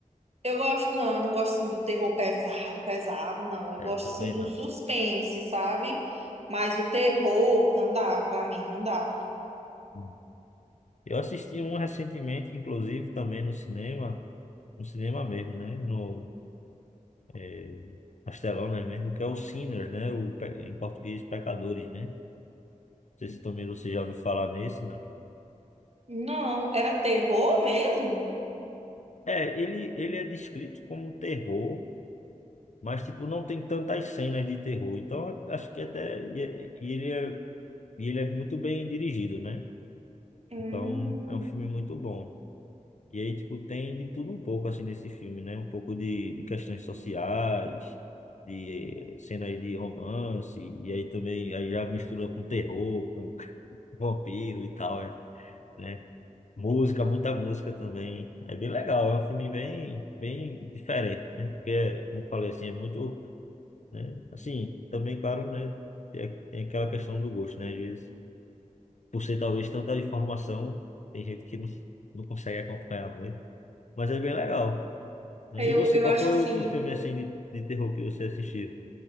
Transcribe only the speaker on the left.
É,
Eu também
não.
Hum. Eu assisti um recentemente, inclusive, também no cinema, no cinema mesmo, né? No, é, Castelão, né? Mesmo que é o Sinners, né? O, pe- em português, Pecadores, né? Não sei se também você já ouviu falar nesse, não.
É, ele, ele é descrito como terror, mas, tipo, não tem tantas cenas de terror. Então, acho que até... E, é- e ele é, e ele é muito bem dirigido, né?
Então, é um filme muito bom. E aí, tipo, tem de tudo um pouco, assim, nesse filme, né? Um pouco de, de questões sociais, de eh, cenas de romance, e aí também aí já mistura com terror, vampiro e tal, é, né? Música, muita música também. É bem legal, é um filme bem, bem diferente, né? Porque, como eu falei assim, é muito, né? Assim, também, claro, né? Tem, tem aquela questão do gosto, né? Às vezes, por ser talvez tanta informação, tem gente que não, não consegue acompanhar muito, mas é bem legal, né?
E você,
qual
foi
o último filme, assim, de, de terror que você assistiu?